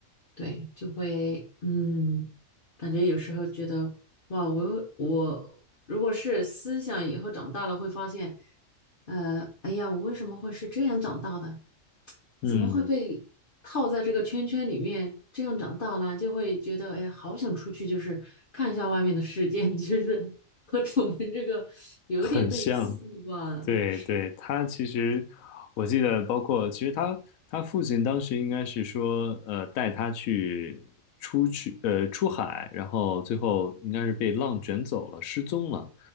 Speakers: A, on the left (about 45°); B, on the left (about 85°).
A: 对，就会嗯，感觉有时候觉得哇，我又我如果是思想以后长大了会发现，呃，哎呀，我为什么会是这样长大的？怎么会被套在这个圈圈里面这样长大呢？
B: 嗯，
A: 就会觉得哎呀，好想出去，就是看一下外面的世界，<laughs> 就是和楚门这个有点类似吧。
B: 很像。
A: 哎
B: 对对，他其实我记得，包括其实他他父亲当时应该是说，呃，带他去出去呃出海，然后最后应该是被浪卷走了，失踪了。